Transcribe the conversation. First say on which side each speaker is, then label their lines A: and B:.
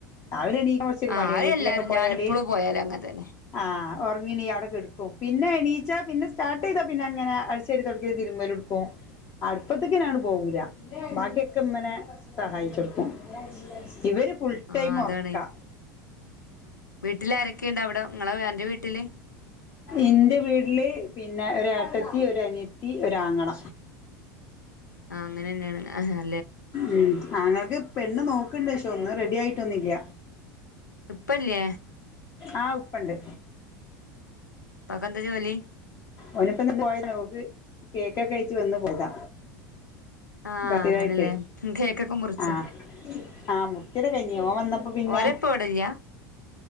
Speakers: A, on the left; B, on the left.
A: രാവിലെ എണീക്കാൻ കൊറ്ച്ചൊര്
B: ആഹ്
A: മടി
B: അത്
A: വീട്ടിലൊക്കെ
B: എല്ലാരും
A: പോയാല്
B: ഞാനിപ്പളും പോയാലും അങ്ങനെ തന്നെ
A: ആഹ് ഒറങ്ങിനീ അവടെ കെട്ക്കും പിന്നെ എണീ ച്ചാ പിന്നെ സ്റ്റാർട്ടെയ്താ പിന്നെ അങ്ങനെ അടിച്ചേരി തൊടക്കല് തിരുമ്പലെട്ക്കും അട്പ്പത്ത്ക്ക് പിന്നെയാട് പോവൂല്ല ബാക്കിയൊക്കെ ഇമ്മനെ സഹായിച്ചൊട്ക്കും ഇവര് ഫുൾ
B: ആഹ്
A: ടൈം
B: അതാണ്
A: ഒറക്കാ
B: വീട്ടിൽ ആരൊക്കെയുണ്ട് അവിടെ നിങ്ങളെ അന്റെ വീട്ടില്
A: ഇന്റെ വീട്ടില് പി ന്നെ ഒരേട്ടത്തി ഒരനിയത്തി ഒരാങ്ങള
B: അങ്ങനെന്നേണ് ആഹ് ഹാ
A: ഉം ആങ്ങൾക്ക് പെണ്ണ് നോക്ക്ണ്ട് പക്ഷേ ഒന്നും റെഡിയായിട്ടൊന്നില്ല
B: ഇപ്പല്ലേ
A: ആഹ് ഉപ്പണ്ട്
B: ഇപ്പാക്കന്ത ജോലി
A: ഓന്പ്പന്ന് നിന്ന് പോയതാണ് ഓള്ക്ക് കേക്കെക്കായിട്ട് വന്ന് പോയതാ
B: ആഹ്
A: ബർത്ത്
B: അങ്ങനെല്ലേ
A: ഡേ ആയിട്ടേ
B: കേക്കൊക്കെ മുറിച്ചോ
A: ആഹ് ആഹ് മുറിക്കല് കഴിഞ്ഞ് ഓന് വന്നപ്പോ പിന്നെ
B: ഓരപ്പ ഇവിടില്ല